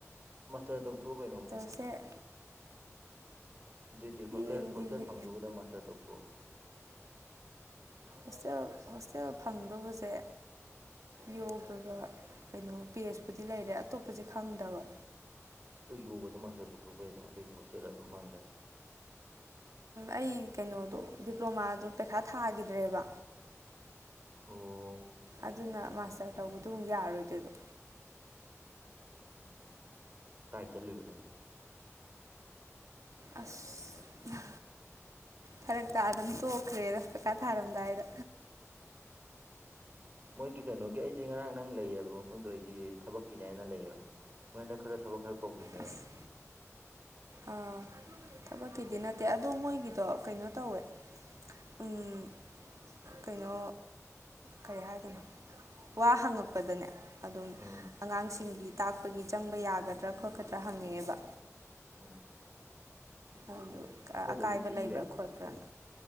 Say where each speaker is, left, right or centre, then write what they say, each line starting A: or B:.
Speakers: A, on the right; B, on the right.
A: ꯃꯥꯁꯇꯔꯗ ꯇꯧꯊꯣꯛꯑꯣ ꯀꯩꯅꯣ ꯑꯃꯨꯛ
B: ꯎꯆ
A: ꯑꯗꯨꯏꯗꯤ
B: ꯌꯦꯡꯈꯤꯒꯦ
A: ꯍꯣꯁꯇꯦꯜ ꯍꯣꯁꯇꯦꯜ ꯐꯪꯗꯨꯕꯗ ꯃꯥꯁꯇꯔ ꯇꯧꯊꯣꯛꯎ
B: ꯍꯣꯁꯇꯦꯜ ꯍꯣꯁꯇꯦꯜ ꯐꯪꯗꯧꯕꯁꯦ ꯌꯣꯒꯒ ꯀꯩꯅꯣ ꯄꯦꯖꯄꯨꯗꯤ ꯂꯩꯔꯦ ꯑꯇꯣꯞꯄꯁ ꯈꯪꯗꯕ
A: ꯑꯗꯨ ꯌꯣꯒꯗꯣ ꯃꯥꯁꯇꯔ ꯇꯧꯊꯣꯛ ꯀꯩꯅꯣ ꯑꯗꯨꯑꯣꯏꯗꯤ ꯍꯣꯁꯇꯦꯜ ꯑꯗꯨꯝ ꯐꯪꯂꯦ
B: ꯑꯩ ꯀꯩꯅꯣꯗꯣ ꯗꯤꯄ꯭ꯂꯣꯃꯥꯗꯣ ꯄꯩꯈꯥ ꯊꯥꯈꯤꯗ꯭ꯔꯦꯕ
A: ꯑꯣ
B: ꯑꯗꯨꯅ ꯃꯥꯁꯇꯔ ꯇꯧꯕꯗꯨꯣ ꯑꯃꯨꯛ ꯌꯥꯔꯣꯏꯗꯣꯏꯗꯣ
A: ꯎꯝ ꯀꯥꯏ ꯆꯠꯂꯨꯕ ꯅꯪꯁꯦ
B: ꯑꯁ ꯐꯔ ꯇꯥ ꯑꯗꯨꯝ ꯇꯣꯛꯈ꯭ꯔꯦꯗ ꯆꯀꯥ ꯊꯥꯔꯝꯗꯥꯏꯗ
A: ꯎꯝ ꯃꯣꯏꯒꯤ ꯀꯩꯅꯣꯒꯤ ꯑꯩꯗꯤ ꯉꯔꯥꯡ ꯅꯪ ꯂꯩꯌꯦꯕ ꯃꯐꯝꯗꯣ ꯑꯩꯗꯤ ꯊꯕꯛꯀꯤꯅꯦ ꯍꯥꯏꯅ ꯂꯩꯌꯦꯕ ꯃꯣꯏꯟꯗ ꯈꯔ ꯊꯕꯛ ꯈꯔ ꯀꯧꯈꯤꯕꯅꯦꯕ
B: ꯑꯁ ꯑꯥ ꯊꯕꯛꯀꯤꯗꯤ
A: ꯑꯗꯨ
B: ꯅꯠꯇꯦ ꯑꯗꯣ ꯃꯣꯏꯒꯤꯗꯣ ꯀꯩꯅꯣ ꯇꯧꯋꯦ ꯑꯝ ꯀꯩꯅꯣ ꯀꯔꯤ ꯍꯥꯏꯗꯣꯏꯅꯣ ꯋꯥ ꯍꯪꯉꯛꯄꯗꯅꯦ ꯑꯗꯨꯝ
A: ꯎꯝ
B: ꯑꯉꯥꯡꯁꯤꯡꯒꯤ ꯇꯥꯛꯄꯒꯤ ꯆꯪꯕ ꯌꯥꯒꯗ꯭ꯔꯥ ꯈꯣꯠꯀꯗ꯭ꯔꯥ ꯍꯪꯉꯦꯕ
A: ꯑꯝ
B: ꯑꯗꯨ ꯑꯀꯥꯏꯕ
A: ꯑꯗꯨꯝ ꯄꯤꯔꯦ
B: ꯂꯩꯕ꯭ꯔꯥ ꯈꯣꯠꯄ꯭ꯔꯥꯅ